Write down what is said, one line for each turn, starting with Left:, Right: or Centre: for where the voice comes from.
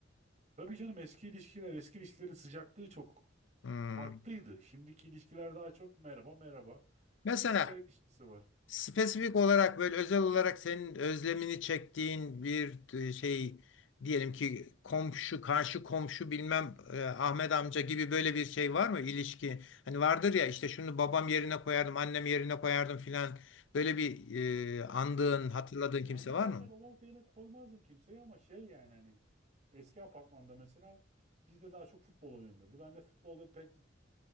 Right: Tabii canım eski ilişkiler, eski ilişkilerin sıcaklığı çok
Left: Hmm.
Right: farklıydı. Şimdiki ilişkiler daha çok merhaba merhaba.
Left: Mesela
Right: Hani bir çıkar ilişkisi var.
Left: spesifik olarak böyle özel olarak senin özlemini çektiğin bir e, şey diyelim ki komşu, karşı komşu bilmem e, Ahmet amca gibi böyle bir şey var mı ilişki? Hani vardır ya işte şunu babam yerine koyardım, annem yerine koyardım filan. Böyle bir e, andığın,
Right: Ya
Left: hatırladığın
Right: an-
Left: kimse
Right: annem
Left: var
Right: yerine
Left: mı?
Right: babam yerine koymazdım kimseyi ama şey yani hani eski apartmanda mesela bizde daha çok futbol oynanırdı. Ben de futbolda pek